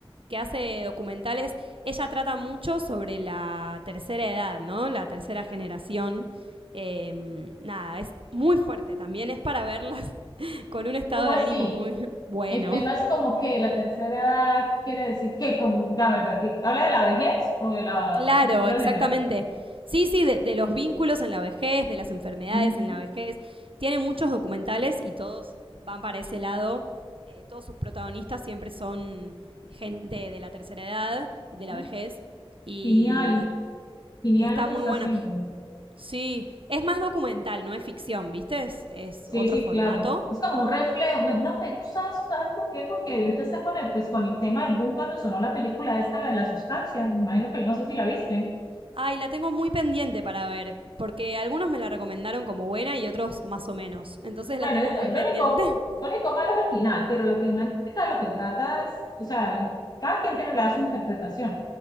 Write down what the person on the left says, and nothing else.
¿Cómo
así?
El tema es como que la tercera edad quiere decir que, como, dame, perdí. ¿Habla de la vejez o de la
cultura
general?
Mm,
ay,
genial, genial
lo que
está
haciendo.
Sí,
sí,
claro. Es como un reflejo. Me- No, me, ¿sabes, sabes por qué? Porque ahorita está con el, pues, con el tema del boom cuando sonó la película esta, la de la sustancia. Me imagino que no sé si la viste.
Bueno,
es-
lo
único,
lo único malo es el final, pero la temática de lo que trata es, o sea, cada quien tiene le da su interpretación.